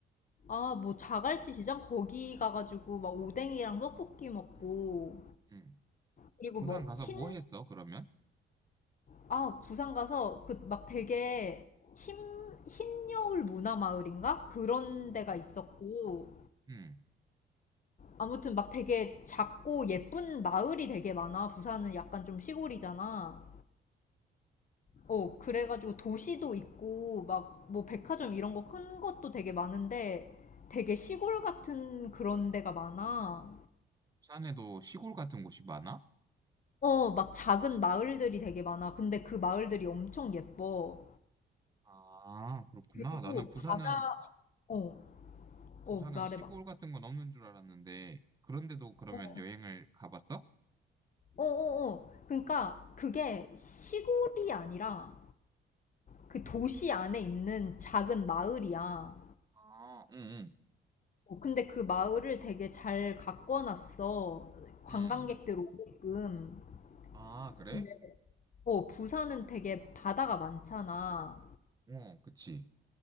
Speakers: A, on the left; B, on the right.
A: 아, 뭐 자갈치 시장? 거기 가가지고 막 오뎅이랑 떡볶이 먹고
B: 응, 응.
A: 그리고
B: 부산
A: 뭐흰
B: 가서 뭐 했어, 그러면?
A: 아, 부산 가서 그 막 되게
B: 응.
A: 흰, 흰 여울 문화 마을인가? 그런
B: 어.
A: 데가 있었고.
B: 응.
A: 아무튼 막 되게 작고 예쁜 마을이 되게 많아. 부산은 약간 좀 시골이잖아. 어, 그래가지고 도시도 있고 막 뭐 백화점 이런 거 큰 것도 되게 많은데 되게 시골 같은 그런 데가 많아.
B: 부산에도 시골 같은 곳이 많아?
A: 어, 막 작은 마을들이 되게 많아. 근데 그 마을들이 엄청 예뻐.
B: 아, 그렇구나.
A: 그리고
B: 나는 부산은,
A: 바다, 어,
B: 부산은
A: 어, 말해봐.
B: 시골 같은 건 없는 줄 알았는데, 그런데도 그러면
A: 어,
B: 여행을 가봤어?
A: 어어어. 그러니까 그게 시골이 아니라 그 도시 안에 있는 작은 마을이야.
B: 아, 응, 응,
A: 어, 근데 그 마을을 되게 잘 가꿔놨어. 관광객들
B: 응.
A: 오게끔.
B: 아, 그래?
A: 근데 어, 부산은 되게 바다가 많잖아.
B: 어, 그치.